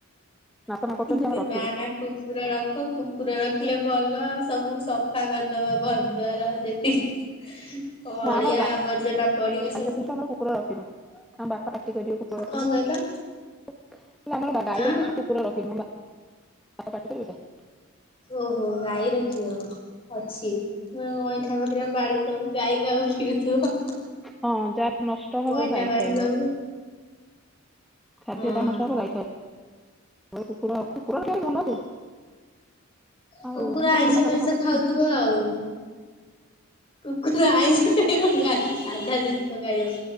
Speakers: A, in the centre; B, on the left (about 25°).
A: ନାଟନା କରୁଛନ୍ତି ଆମେ
B: ତୁ
A: ରଖିନୁ
B: ନା ନା କୁ କୁକୁୁର ରଖ କୁକୁର ରଖିଲେ ଭଲ ସବୁ ସଫା କରିଦବ ଘର ଦ୍ଵାର ଯେତିକି।
A: ନା
B: ଅଳିଆ
A: ଆମର
B: ଆବର୍ଜନା ପଡିବ
A: ଗାଈ
B: ସବୁ
A: ରଖିଛୁ
B: ସ
A: ଆମର କୁକୁର ରଖିନୁ ଆମ ବାପା ପାଟି କରିବେ କୁକୁର ରଖିଲେ
B: କଣ କହିଲ
A: ଆମର ବା ଗାଇ
B: ହଁ
A: ରଖିଛୁ କୁ କୁକୁର ରଖିନୁ ଆମ ବା ପା ପାଟି କରିବେତ।
B: ଓହୋ ଗାଈ ରଖିବ ଅଛି। ହଁ ଅଇଁଠା ପଖିରା ପାଣି ସବୁ ଗାଈ ଖାଉ ପିଉଥିବ।
A: ହଁ ଯାହା ନଷ୍ଟ ହବ
B: ଅଇଁଠା
A: ଗାଈ
B: ପାଣି
A: ଖାଇବ।
B: ସବୁ
A: ଖାଦ୍ୟ
B: ହଁ
A: ଦାନା ସବ ଖାଇ ଖାଇ କୁ କୁକୁର ଖାଇ ଭଲ ଯେ ଆଉ
B: କୁକୁର ଆଇଁଷ ଫାଇଁଷ ଖାଉଥିବ ଆଉ। କୁକୁର ଆଇଁଷ ଖାଇବ କା ସାଧା ଜିନିଷ ଖାଇବ।